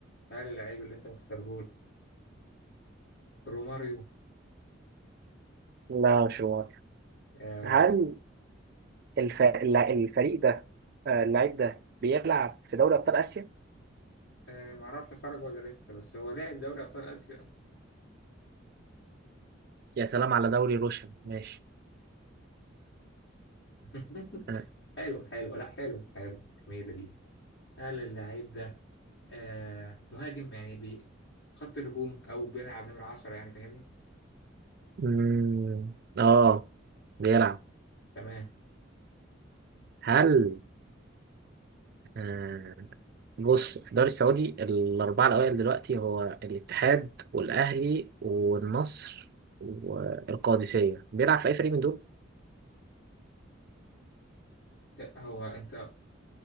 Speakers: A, on the left; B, on the right.
A: هل اللاعب اللي أنت مختاره روماريو
B: لا مش هو
A: آه
B: هل الف... الل- الفريق ده آه، اللعيب ده بيلعب في دوري ابطال اسيا
A: آه معرفش خرج ولا لسه بس هو لاعب دوري أبطال آسيا
B: يا سلام على دوري روشن ماشي
A: <laughs>
B: اه
A: حلو حلو لا حلو حلو جميلة دي هل اللعيب ده آه مهاجم يعني بي خط الهجوم أو بيلعب نمرة 10 يعني فاهمني
B: أمم، آه، بيلعب
A: تمام
B: هل آه بص في الدوري السعودي الاربعه الاوائل دلوقتي هو الاتحاد والاهلي والنصر والقادسيه بيلعب في اي فريق من دول
A: آه، هو أنت